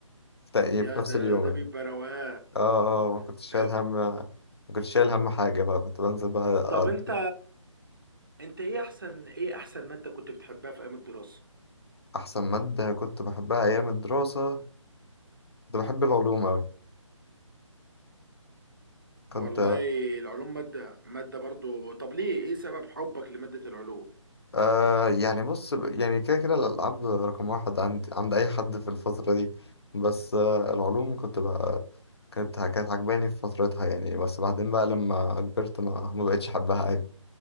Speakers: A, on the left; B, on the right.
A: في تق-
B: يا
A: في نفس
B: ده
A: اليوم
B: ده
A: يعني
B: بيبقى رواق
A: اه اه ما كنتش شايل
B: آه،
A: هم ما كنتش شايل هم حاجة بقى كنت بنزل بقى
B: طب انت انت ايه احسن ايه احسن ماده كنت بتحبها في ايام الدراسه
A: أحسن مادة كنت بحبها أيام الدراسة كنت بحب العلوم أوي كنت
B: والله العلوم ماده ماده برضه طب ليه ايه سبب حبك لماده العلوم
A: آه يعني بص ب- يعني كده كده الألعاب رقم واحد عند عند أي حد في الفترة دي بس آه العلوم كنت بقى كانت كانت عجباني في فترتها يعني بس بعدين بقى لما كبرت ما ما بقتش أحبها عادي